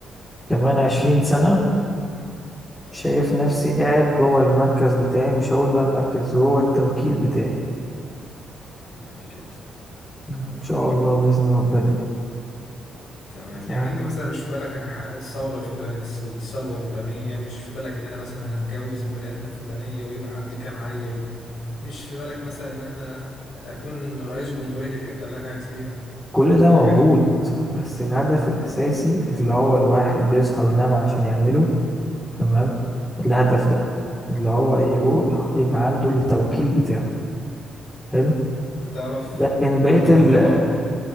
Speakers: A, in the centre; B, on the left.
A: كمان عشرين سنة
B: اه
A: شايف نفسي قاعد جوه المركز بتاعي مش هقول بقى المركز جوه التوكيل بتاعي
B: جميل جدا
A: يعني ان شاء الله بإذن ربنا يعني
B: تمام
A: فاهم
B: يعني انت مثلا مش في بالك انا هحقق الثوره الفلانيه الثروه الفلانيه مش في بالك ان انا مثلا هتجوز البني ادمه الفلانيه ويبقى عندي كام عيل مش في بالك مثلا ان انا اكون رئيس جمهورية الحتة اللي انا قاعد فيها
A: كل ده
B: الحاجات
A: موجود
B: اللي
A: بس الهدف الأساسي اللي هو الواحد بيصحى وينام عشان يعمله تمام الهدف ده اللي هو يروح يبقى عنده التوكيل بتاعه حلو
B: انت تعرف
A: لكن بقية
B: انا
A: ال
B: فرحان